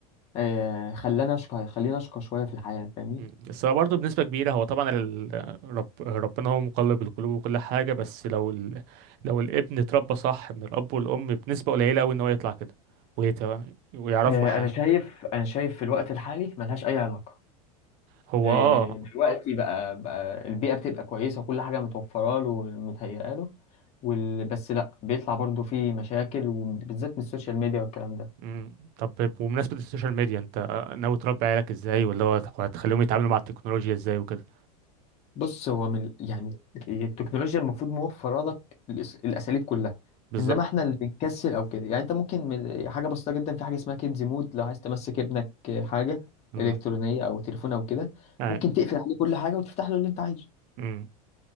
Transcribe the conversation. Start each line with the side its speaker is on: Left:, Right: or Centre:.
Left: آه، خلاني اشقى خليني اشقى شويه في الحياه فاهمني
Right: مم. بس هو برضه بنسبة كبيرة هو طبعا ال... رب... ربنا هو مقلب القلوب وكل حاجة بس لو ال... لو الابن اتربى صح من الأب والأم بنسبة قليلة أوي إن هو يطلع كده ويت... ويعرفوا
Left: آه،
Right: حاجة
Left: انا شايف انا شايف في الوقت الحالي ملهاش اي علاقه
Right: هو
Left: آه،
Right: اه
Left: دلوقتي بقى بقى البيئه بتبقى كويسه وكل حاجه متوفره له ومتهيئه له وال... بس لا بيطلع برضو فيه مشاكل وبالذات من السوشيال ميديا والكلام ده
Right: مم. طب بمناسبة السوشيال ميديا انت ناوي تربي عيالك ازاي ولا هو هتخليهم يتعاملوا مع التكنولوجيا ازاي وكده
Left: بص هو من يعني التكنولوجيا المفروض موفره لك الأس- الاساليب كلها
Right: بالظبط
Left: انما احنا اللي بنكسل او كده يعني انت ممكن من حاجه بسيطه جدا في حاجه اسمها كيدز مود لو عايز تمسك ابنك حاجه
Right: لا.
Left: الكترونيه او تليفون او كده
Right: اي
Left: ممكن تقفل عليه كل حاجه وتفتح له اللي انت عايزه
Right: امم